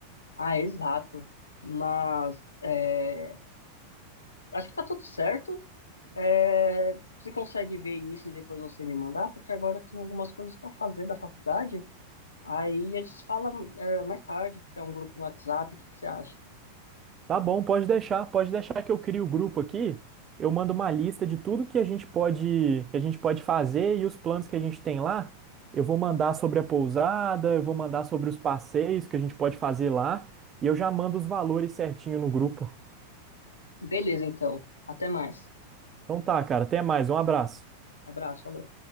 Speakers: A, on the left; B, on the right.
A: Ah, exato. Mas é, acho que tá tudo certo. É, você consegue ver isso e depois você me mandar? Porque agora eu tenho algumas coisas para fazer da faculdade. Aí a gente fala, é, mais tarde, criar um grupo no WhatsApp, o que que você acha?
B: Tá bom, pode deixar, pode deixar que eu crio o grupo aqui. Eu mando uma lista de tudo que a gente pode, que a gente pode fazer e os planos que a gente tem lá. Eu vou mandar sobre a pousada, eu vou mandar sobre os passeios que a gente pode fazer lá e eu já mando os valores certinho no grupo.
A: Beleza, então. Até mais.
B: Então tá, cara, até mais, um abraço.
A: Abraço, falou.